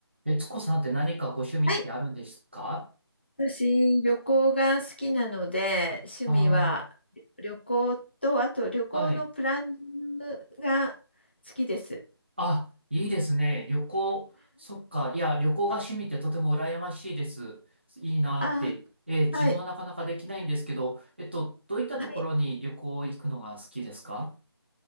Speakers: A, on the right (about 25°); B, on the left (about 25°).
A: えつこさんって何かご趣味ってあるんですか
B: はい、私、旅行が好きなので、趣味は旅旅行と、
A: あ
B: あと旅行のプランニングが
A: あー、はい。
B: 好きです。
A: あ、いいですね。旅行、そっか。いや、旅行が趣味ってとても羨ましいです。いいなって。
B: あ、
A: えー自分はなかなかできないんですけど、
B: はい、
A: えっと、どういったところに旅行行くのが好きですか
B: はい、